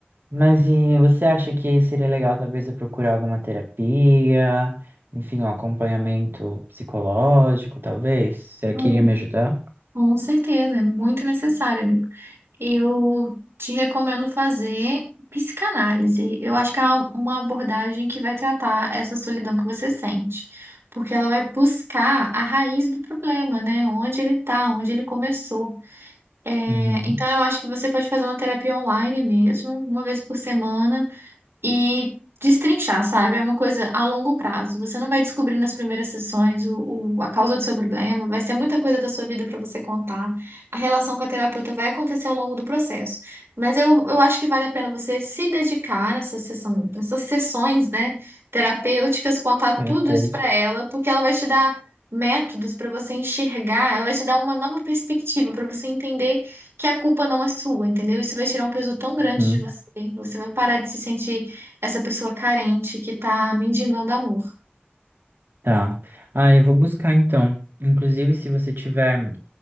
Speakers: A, on the right; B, on the right.
A: Mas e você acha que seria legal talvez eu procurar alguma terapia, enfim, um acompanhamento psicológico, talvez? Será
B: Mu-
A: que iria me ajudar?
B: Com certeza, é muito necessário, amiga. Eu te recomendo fazer psicanálise. Eu acho que é uma uma abordagem que vai tratar essa solidão que você sente, porque ela vai buscar a raiz do problema, né? Onde ele tá, onde ele começou. É,
A: Uhum.
B: então, eu acho que você pode fazer uma terapia online mesmo, uma vez por semana e destrinchar, sabe? É uma coisa a longo prazo. Você não vai descobrir nas primeiras sessões o, o- a causa do seu problema, vai ser muita coisa da sua vida para você contar. A relação com a terapeuta vai acontecer ao longo do processo. Mas eu, eu acho que vale a pena você se dedicar nessa sessão, nessas sessões, né, terapêuticas, contar
A: Terapêutica.
B: tudo isso para ela, porque ela vai te dar métodos para você enxergar, ela vai te dar uma nova perspectiva para você entender que a culpa não é sua, entendeu? Isso vai tirar um peso tão grande
A: Uhum.
B: de você. Você vai parar de se sentir essa pessoa carente que tá mendigando amor.
A: Tá. Ah, eu vou buscar então. Inclusive, se você tiver